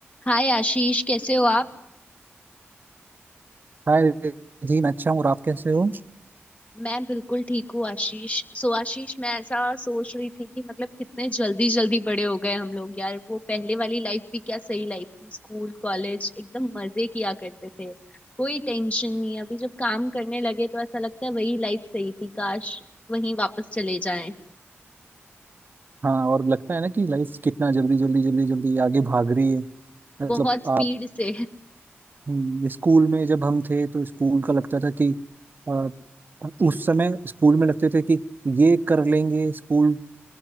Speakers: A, on the left; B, on the right.
A: हाय आशीष कैसे हो आप
B: हाय जी मैं अच्छा हूँ और आप कैसे हो
A: मैं बिल्कुल ठीक हूँ आशीष सो आशीष मैं ऐसा सोच रही थी कि मतलब कितने जल्दी जल्दी बड़े हो गए हम लोग यार वो पहले वाली लाइफ भी क्या सही लाइफ थी स्कूल कॉलेज एकदम मजे किया करते थे कोई टेंशन नहीं अभी जब काम करने लगे तो ऐसा लगता है वही लाइफ सही थी काश वहीं वापस चले जाएं
B: हाँ और लगता है ना कि लाइफ कितना जल्दी जल्दी जल्दी जल्दी आगे भाग रही है मतलब
A: बहुत स्पीड
B: आप
A: से
B: हम्म, स्कूल में जब हम थे तो स्कूल का लगता था कि आ, उस समय स्कूल में लगते थे कि ये कर लेंगे स्कूल